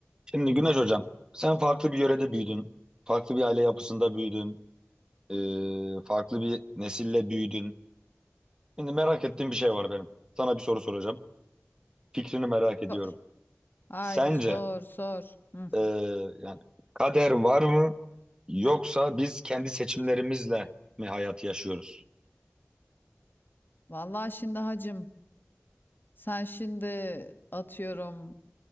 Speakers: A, on the right (about 15°); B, on the left (about 45°).
A: Şimdi Güneş Hocam, sen farklı bir yörede büyüdün, farklı bir aile yapısında büyüdün, e, farklı bir nesille büyüdün. Şimdi merak ettiğim bir şey var benim. Sana bir soru soracağım. Fikrini merak ediyorum.
B: Sor. Haydi
A: Sence
B: sor sor. Hı.
A: e, yani kader var mı yoksa biz kendi seçimlerimizle mi hayatı yaşıyoruz?
B: Vallahi şimdi hacım sen şimdi atıyorum